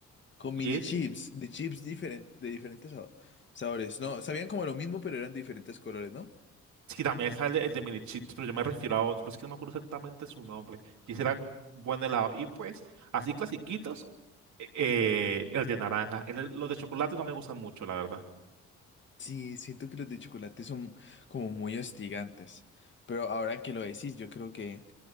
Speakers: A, on the left; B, on the right.
A: con
B: Y
A: mini
B: es,
A: chips, de chips diferen- de diferentes sabo- sabores. No, sabían como lo mismo, pero eran diferentes colores, ¿no?
B: sí, también sale el de mini chips, pero yo me refiero a otro, pero es que no me acuerdo exactamente su nombre. Y ese era buen helado. Y pues, así clasiquitos, e, eh, el de naranja. El- los de chocolate no me gustan mucho, la verdad.
A: Sí, siento que los de chocolate son como muy hostigantes. Pero ahora que lo decís, yo creo que...